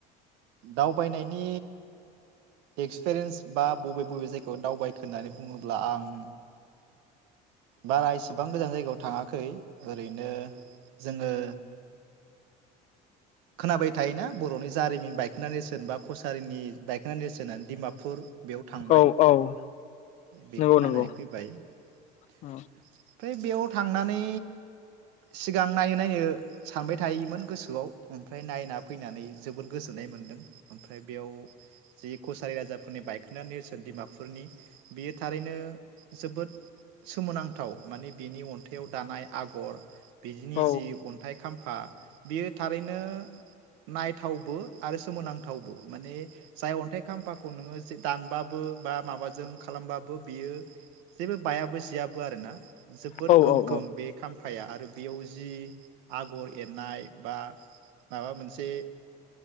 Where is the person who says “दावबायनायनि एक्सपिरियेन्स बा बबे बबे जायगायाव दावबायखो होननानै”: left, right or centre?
Right